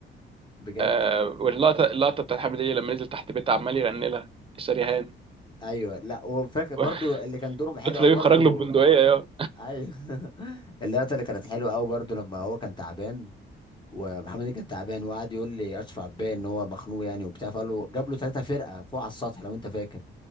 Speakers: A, on the left; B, on the right.
A: بجد
B: آه واللقطة اللقطة بتاعت حامد هليل لما نزل تحت بيتها عمال يغني لها شريهان
A: ايوه لا وفاكر برضو
B: <laughs>
A: اللي كان دورهم حلو
B: لطفي
A: قوي
B: لبيب
A: برضو
B: خرج له ببندقية يا
A: ايوه <laughs> اللقطه اللي كانت حلوه قوي برضو لما هو كان تعبان ومحمد هنيدي كان تعبان وقعد يقول لي اشرف عباية ان هو مخنوق يعني وبتاع فقال له جاب له ثلاثه فرقه فوق على السطح لو انت فاكر